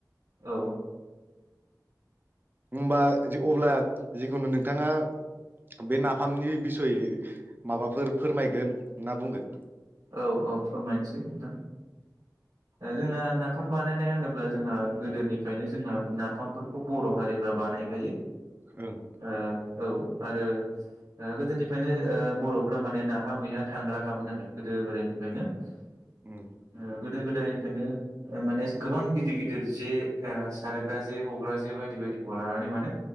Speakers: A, on the right; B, on the right.
A: औ
B: हमबा अब्ला जिखुनु नोंथाङा बे नाफामनि बिसय माबाफोर फोरमायगोन ना बुंगोन
A: औ औ फोरमायनोसै नोंथां ओ जोंना नाफाम बानायनाय होनोब्ला जोंहा गोदोनिफ्रायनो जोंहा नाफामफोरखौ बर' हारिफ्रा बानायखायो
B: ओं
A: <inaudible> ओ औ आरो ओ गोदोनिफ्रायनो ओ बर'फ्रा माने नाहा मैहा थांग्राखामोन आरो गोदो गोदायनिफ्रायनो
B: ओं
A: ओ
B: ओं
A: गोदो गोद जायनिफ्रायायनो माने गोबां गिदिर गिदिर जे ओ सारग्रा जे हग्रा जे बायदि बायदिखौ लानानै माने